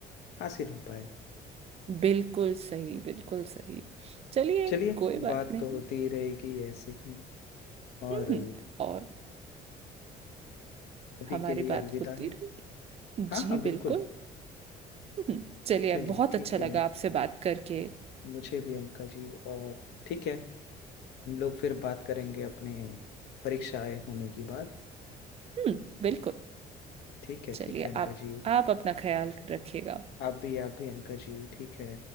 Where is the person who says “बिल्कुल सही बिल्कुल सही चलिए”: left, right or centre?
Right